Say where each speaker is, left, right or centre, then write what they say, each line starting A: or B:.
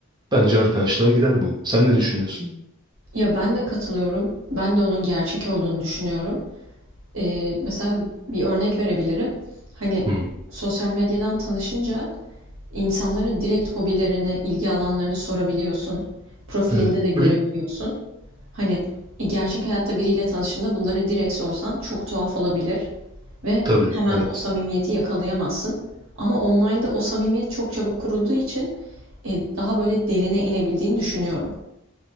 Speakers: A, on the right (about 20°); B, on the right (about 60°).
A: Bence arkadaşlığa gider bu. Sen ne düşünüyorsun?
B: Ya ben de katılıyorum. Ben de onun gerçek olduğunu düşünüyorum. Ee, mesela bir örnek verebilirim. Hani
A: Hı.
B: sosyal medyadan tanışınca insanlara direkt hobilerini, ilgi alanlarını sorabiliyorsun. Profilinde
A: Evet.
B: de görebiliyorsun. Hani, e, gerçek hayatta biriyle tanıştığında bunları direkt sorsan çok tuhaf olabilir
A: <clears throat>
B: ve
A: Tabii,
B: hemen
A: evet.
B: o samimiyeti yakalayamazsın. Ama online'da o samimiyet çok çabuk kurulduğu için, eee, daha böyle derine inebildiğini düşünüyorum.